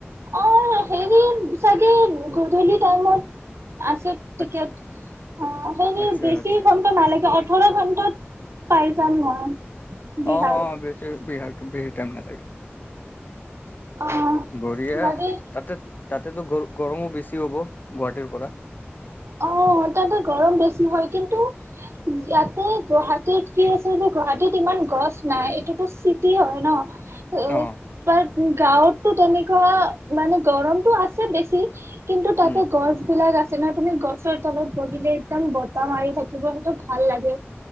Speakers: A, on the right (about 75°); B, on the left (about 45°).
A: অ হেৰি চাগে গধূলি টাইমত। আছে টিকেট
B: আচ্ছা
A: অ', হেৰি
B: আচ্ছা
A: বেছি
B: আচ্ছা
A: ঘণ্টা নালাগে ওঠৰ ঘণ্টাত পাই যাম মই। বিহাৰ
B: অ', অ' বেছিৰ বিহাৰ। বেছি টাইম নালাগে।
A: অ
B: বঢ়িয়া,
A: বাকী
B: তাতে তাতেতো গ গৰমো বেছি হ'ব। গুৱাহাটীৰ পৰা।
A: অ', তাতে গৰম বেছি হয় কিন্তু, ইয়াতে গুৱাহাটীত কি আছে যে গুৱাহাটীত ইমান গছ নাই এইটোত চিটি হয় ন।
B: অঁ
A: <inaudible> গাঁৱতটো তেনেকুৱাঁ মানে গৰমতটো আছে বেছি কিন্তু তাতে
B: উম
A: গছ বিলাক আছ <inaudible> তুমি গছৰ তলত বহিলে একদম বতাহ মাৰি থাকিব সেইটো ভাল লাগে।